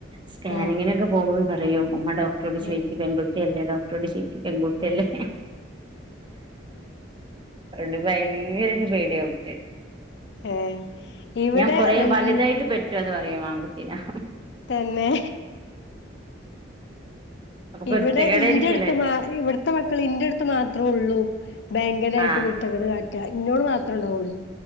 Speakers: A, on the right; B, on the left.
A: സ്കാനിങ്ങിനൊക്കെ
B: ആഹ്
A: പോകുമ്പോ പറയും ഉമ്മ ഡോക്ടറോട്
B: ആഹ്
A: ചേയിക്ക് പെൺകുട്ടിയല്ലേ ഡോക്ടറോട് ചോയിക് പെൺകുട്ടിയല്ലേ അത് ഭയങ്കര പേടിയാവുക്ക്
B: ഏഹ് ഇവിടെ
A: ഞാൻ കൊറേ
B: എന്ത്
A: വലുതായിട്ട് പെറ്റോന്ന് പറയും ആൺകുട്ടീനെ
B: തന്നെ
A: അപ്പൊ കുരുത്തക്കേടായിരിക്കൂലേ
B: ഇവിടെ ഇന്റെ അടുത്ത് മാ ഇവിടുത്തെ മക്കൾ ഇന്റെ അടുത്ത് മാത്രേ ഉള്ളൂ ഭയങ്കരായിട്ട്
A: ആഹ്
B: കുരു ത്തകേട് കാട്ട ഇന്നോട് മാത്രണ്ടാവുള്ളൂ